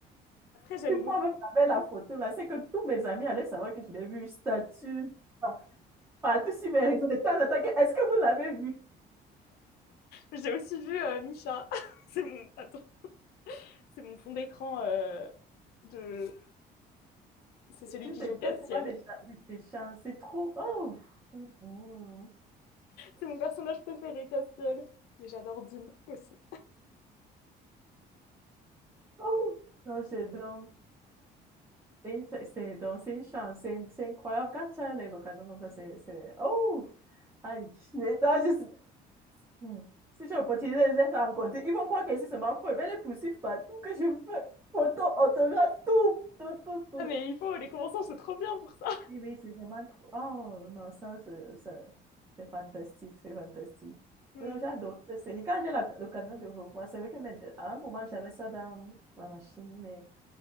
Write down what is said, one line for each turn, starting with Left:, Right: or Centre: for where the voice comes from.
Left: Après, j'aime
Right: Et
Left: beaucoup.
Right: moi-même, j'avais la photo là, c'est que tous mes amis allaient savoir que je l'ai vu, statut, par- partout sur mes réseaux, de temps en temps, que, est-ce que vous l'avez vu?
Left: J'ai aussi vu euh, Misha. <laughs> C'est mon... Attends, c'est mon fond d'écran euh, de... C'est celui
Right: J'étais
Left: qui joue Castiel.
Right: tellement des c'est trop, oh, oh
Left: C'est mon personnage préféré, Castiel. Mais j'adore Dean aussi.
Right: oh, non, j'adore. C'est une- c'est, c'est- donc, c'est une chance, c'est une- c'est incroyable. Quand tu as les vocations comme ça, c'est... c'est- Oh! Aïe! Les gens, juste... Hmm. Si j'ai l'opportunité de les rencontrer, ils vont croire que si c'est ma faux. Ils vont les poursuivre partout, que je veux. Photo, autographe, tout! Tout, tout, tout.
Left: Ah, mais il faut, les conventions, c'est trop bien pour ça.
Right: Oui, oui, c'est vraiment trop... Oh, non, ça, c'est ça- c'est fantastique, c'est fantastique.
Left: Mm.
Right: Non, J'adore cette série. Quand j'ai la- l'occasion de revoir, c'est vrai que mais, à un moment, j'avais ça dans ma machine, mais...